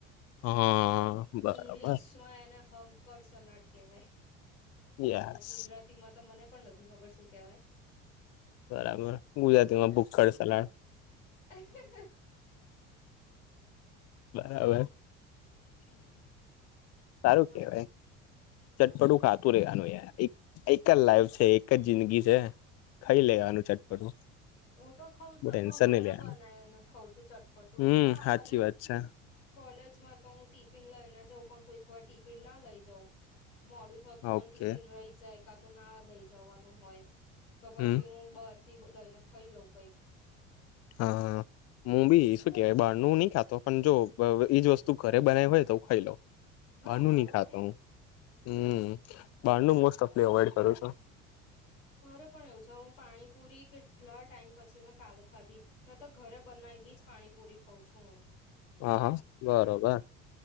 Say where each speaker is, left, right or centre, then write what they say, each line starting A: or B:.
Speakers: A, on the left; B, on the left.
A: હા બરાબર
B: ઈંગ્લિશ માં એને હોંકડ સોલાડ કેવાય.
A: યસ
B: હવે ગુજરાતીમાં તો મને પણ નથી ખબર શું કેવાય.
A: બરાબર ગુજરાતીમાં ભૂખખડ સલાડ.
B: અહ હ.
A: બરાબર સારું
B: બોલો
A: કેવાય ચટપટું ખાતું રેવાનું યાર એક જ લાઈફ છે એક જ જિંદગી છે. ખાઈ લેવાનું ચટપટું.
B: હું તો ખઉં
A: બો
B: છું
A: ટેન્શન
B: પણ ઘરે
A: નહી લેવાનું
B: બનાવીને ખઉં છું ચટપટું
A: હમ
B: હા
A: સાચી
B: અને
A: વાત છે
B: કોલેજમાં તો હું ટિફિન લઈ ના જાઉં પણ કોઈક વાર ટીફિન ના લઈ જાઉં મોડું થતું હોય
A: ઓકે
B: ટિફિન રહી જાય કા તો ના લઈ જવાનું હોય તો પછી
A: હમ
B: હું બ થી લઈને ખાઈ લોઉ કઈ.
A: હા હું બી શું કેહેવાય બહાર નું નહી ખાતો પણ જો એઈજ વસ્તુ ઘરે બનાવી હોય તો ખાઈ લઉ.
B: હા
A: બાર નહી
B: મારે
A: ખાતો
B: પણ એવું
A: હું હ બ મો ઓફ અવોઈડ કરું છું.
B: મારે પણ એવું છે હું પાણી પુરી કેટલા ટાઈમ પછી કાલે ખાધી. ના તો ઘરે બનાયલી જ પાણીપુરી ખઉં છું હું.
A: હ હા બરોબર